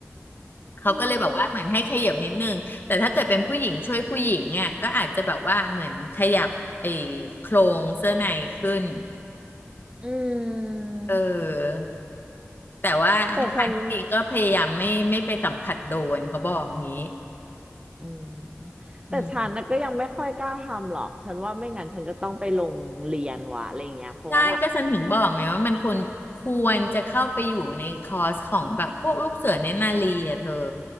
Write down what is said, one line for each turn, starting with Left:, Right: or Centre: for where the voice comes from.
Left: เขาก็เลยแบบว่าเหมือนให้ขยับนิดนึงแต่ถ้าเกิดเป็นผู้หญิงช่วยผู้หญิงอ่ะก็อาจจะแบบว่าเหมือนขยับไอ้
Right: เออ
Left: โครงเสื้อในขึ้น
Right: อืม
Left: เออแต่ว่าให้ทางที่ดีก็พยายามไม่ไม่ไปสัมผัสโดนเขาบอกงี้
Right: แต่ฉันอืมแต่ฉันนะก็ยังไม่ค่อยกล้าทำหรอก
Left: อืม
Right: ฉันว่าไม่งั้นฉันก็ต้องไปลงเรียนวะอะไรเงี้ยเพราะว่าแบบ
Left: ใช่ก็ฉันถึงบอกไงว่ามันควรควรจะเข้าไปอยู่ในคอร์สของแบบพวกลูกเสือเนตรนารีอ่ะเธอ